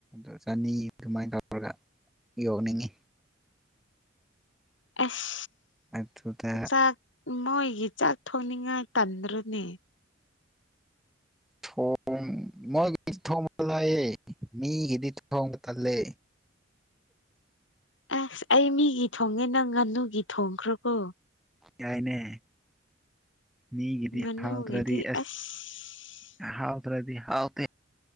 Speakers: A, in the centre; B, on the left.
A: ꯑ ꯆꯅꯤ ꯑꯗꯨꯃꯥꯏꯅ ꯇꯧꯔꯒ ꯌꯣꯛꯅꯤꯡꯉꯤ
B: ꯑꯁ
A: ꯑꯗꯨꯗ
B: ꯆꯥꯛ ꯃꯣꯏꯒꯤ ꯆꯥꯛ ꯊꯣꯡꯅꯤꯡꯉꯥꯏ ꯇꯟꯗ꯭ꯔꯅꯦ
A: ꯊꯣꯡ ꯃꯣꯏ ꯊꯣꯡꯕꯂꯥꯏꯌꯦ ꯃꯤꯒꯤꯗꯤ ꯊꯣꯡꯕ ꯇꯜꯂꯦ
B: ꯑꯁ ꯑꯩ ꯃꯤꯒꯤ ꯊꯣꯡꯉꯦ ꯅꯪ ꯉꯥꯅꯨꯒꯤ ꯊꯣꯡꯈ꯭ꯔꯣꯀꯣ
A: ꯌꯥꯏꯅꯦ ꯃꯤꯒꯤꯗꯤ
B: ꯉꯥꯅꯨꯒꯤꯗꯤ
A: ꯍꯥꯎꯗꯇ꯭ꯔꯗꯤ ꯑꯦꯁ
B: ꯑꯁ
A: ꯍꯥꯎꯗ꯭ꯔꯗꯤ ꯍꯥꯎꯇꯦ